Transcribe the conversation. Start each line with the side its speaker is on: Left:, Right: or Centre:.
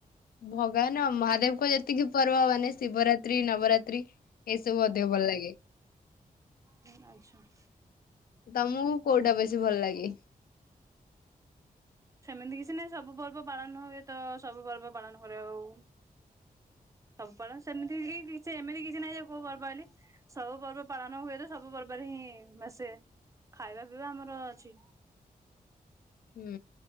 Left: ଭଗବାନ ମହାଦେବଙ୍କ ଯେତିକି ପର୍ବ ମାନେ ଶିବରାତ୍ରି, ନବରାତ୍ରି ଏସବୁ ଅଧିକ ଭଲ ଲାଗେ।
Right: ହୁଁ ଆଚ୍ଛା।
Left: ତମକୁ କୋଉଟା ବେଶୀ ଭଲ ଲାଗେ?
Right: ସେମିତି କିଛି ନାହିଁ ସବୁ ପର୍ବ ପାଳନ ହୁଏ ତ, ସବୁ ପର୍ବ ପାଳନ କରେ ଆଉ। ସବୁ ପାଳ ସେମିତି କି କିଛି, ଏମିତି କିଛି ନାହିଁ ଯେ କୋଉ ପର୍ବ ଆଇଲେ ସବୁ ପର୍ବ ପାଳନ ହୁଏ ତ ସବୁ ପର୍ବରେ ହିଁ ଆସେ, ଖାଇବା ପିଇବା ଆମର ଅଛି।
Left: ହୁଁ।